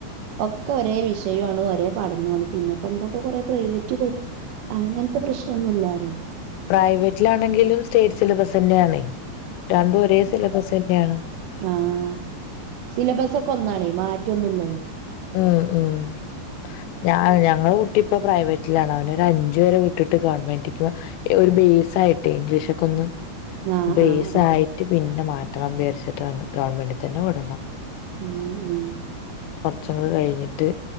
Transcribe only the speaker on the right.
ഒക്കെ ഒരേ വിഷയു ആണ്. ഒരേ പഠന്വാണ് പിന്നെപ്പെന്താ ഇപ്പ കൊറേ പ്രൈവറ്റ് അങ്ങൻത്തെ പ്രശ്നംന്നുല്ലാറ <unintelligible>
ആഹ് സിലബസ് ഒക്കെ ഒന്നാണേ മാറ്റൊന്നു ഇല്ലൽ
ആഹ്
ആഹ് ആഹ്
ഉം ഉം